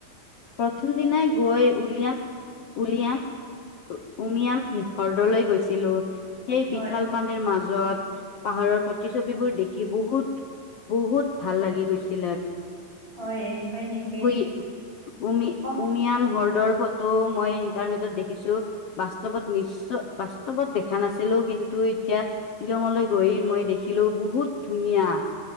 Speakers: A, on the left; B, on the right.
A: প্ৰথম দিনাই গৈ উলিয়াম। উলিয়াম উমিয়াম শিষৰ্দলৈ গৈছিলো। সেই
B: হয়
A: বিশাল পানীৰ মাজত যত পাহাৰৰ প্ৰতিছবিবোৰ দেখি বহুত বহুত ভাল লাগিল। গৈছিলে
B: হয় হয় নেকি
A: উই উমি
B: অ
A: উমিয়াম ৰ ফটো মই ইন্টাৰনেটত দেখিছো বাস্তৱত নিশ্চ বাস্তৱত দেখা নাছিলো কিন্তু এতিয়া শ্বিলঙলৈ গৈ মই দেখিলো বহুত ধুনীয়া।